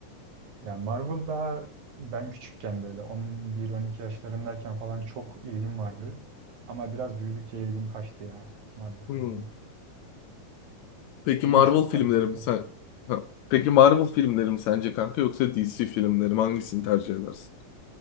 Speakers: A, on the right; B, on the left.
A: Ya Marvel daha ben küçükken böyle 11-12 yaşlarındayken falan çok ilgim vardı. Ama biraz büyüdükçe ilgim kaçtı ya Marvel
B: Hmm.
A: filmlerine.
B: Peki
A: Yine
B: Marvel
A: çok kaliteliler.
B: filmlerim sen ha, Peki Marvel filmlerim sence kanka yoksa DC filmlerim hangisini tercih edersin?